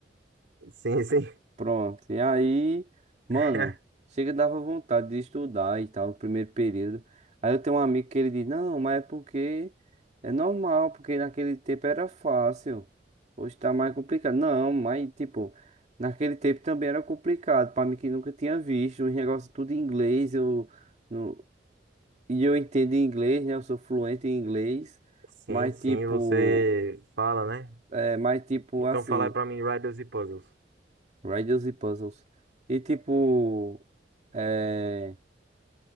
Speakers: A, on the right; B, on the right.
A: Sim, sim.
B: Pronto. E aí, mano,
A: <laughs>
B: chega dava vontade de estudar e tal, no primeiro período. Aí eu tenho um amigo que ele diz, não, mas é porque é normal, porque naquele tempo era fácil. Hoje tá mais complicado. Não, mas tipo, naquele tempo também era complicado. Pra mim que nunca tinha visto, os negócios tudo em inglês, eu não... e eu entendo inglês, né? Eu sou fluente em inglês,
A: Sim,
B: mas
A: sim,
B: tipo.
A: você fala, né?
B: É mais tipo
A: Então
B: assim,
A: fala aí pra mim, Riddles e Puzzles.
B: riddles e puzzles. E tipo, é,